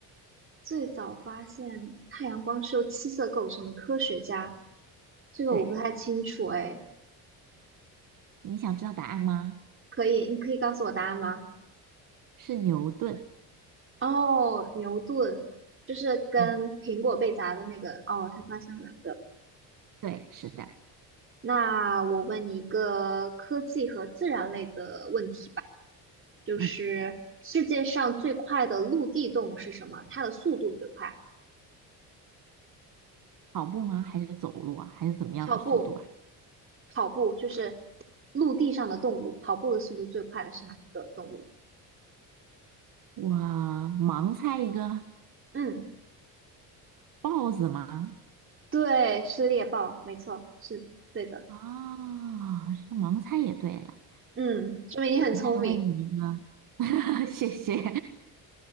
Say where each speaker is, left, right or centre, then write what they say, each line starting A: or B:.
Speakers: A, on the right; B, on the right.
A: 最早发现太阳光是由七色构成的科学家，这个我不太清楚哎。
B: 对，你想知道答案吗？
A: 可以，你可以告诉我答案吗？
B: 是牛顿。
A: 哦，牛顿，就是跟苹果被砸的那个。
B: 嗯，
A: 哦，他发现了。
B: 对，是的。
A: 那我问你一个科技和自然类的问题吧，就是世界上最快的陆地动物是什么？
B: 嗯，
A: 它的速度最快？
B: 跑步吗？还是走路啊？还是怎么样的速度啊？
A: 跑步，跑步就是陆地上的动物，跑步的速度最快的是哪一个动物？
B: 哇，盲猜一个，
A: 嗯，
B: 豹子吗？
A: 对，是猎豹，没错，是对的。
B: 啊、这盲猜也对了。
A: 嗯，说明你很聪明。
B: 再问你一个，<laughs> 谢谢。